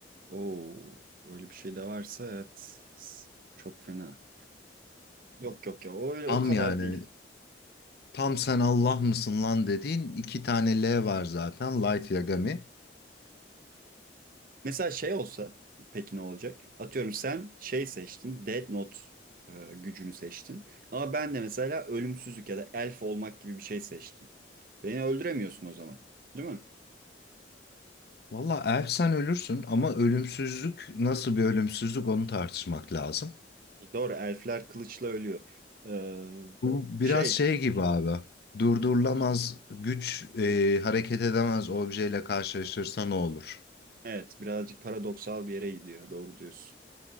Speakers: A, on the right (about 50°); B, on the left (about 55°).
A: Oo. Öyle bir şey de varsa evet. S- Çok fena. Yok yok ya o öyle
B: Tam
A: o kadar
B: yani
A: değil.
B: tam sen Allah mısın lan dediğin iki tane L var zaten Light Yagami.
A: Mesela şey olsa peki ne olacak? Atıyorum sen şey seçtin, Death Note e, gücünü seçtin. Ama ben de mesela ölümsüzlük ya da elf olmak gibi bir şey seçtim. Beni öldüremiyorsun o zaman. Değil mi?
B: Valla ersen ölürsün ama ölümsüzlük nasıl bir ölümsüzlük onu tartışmak lazım.
A: E, Doğru, elfler kılıçla ölüyor. Ee,
B: Bu biraz
A: şey,
B: şey gibi abi. Durdurulamaz güç e, hareket edemez objeyle karşılaşırsa ne olur?
A: evet birazcık paradoksal bir yere gidiyor. Doğru diyorsun.